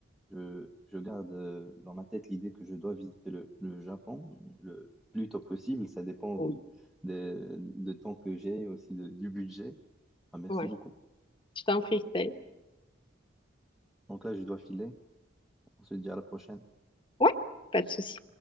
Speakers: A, in the centre; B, on the left.
A: je, je garde euh, dans ma tête l'idée que je dois visiter le, le Japon le plus tôt possible. Ça dépend
B: Oui.
A: euh, de, de temps que j'ai et aussi de- du budget. Ben, merci
B: Ouais.
A: beaucoup.
B: Je t'en prie, Estelle.
A: Donc là, je dois filer. On se dit à la prochaine.
B: Ouais, pas de souci.